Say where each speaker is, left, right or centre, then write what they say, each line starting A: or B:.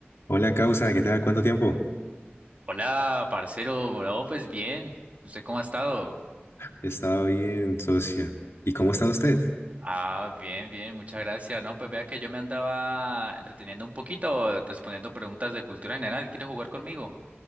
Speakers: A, on the left (about 85°); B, on the right (about 35°).
A: Hola, causa, ¿qué tal? ¿Cuánto tiempo?
B: Hola, parcero. Bueno, pues bien. ¿Usted cómo ha estado?
A: He estado bien, socia. ¿Y cómo está usted?
B: Ah, bien, bien, muchas gracias. No, pues vea que yo me andaba entreteniendo un poquito, respondiendo preguntas de cultura general. ¿Quieres jugar conmigo?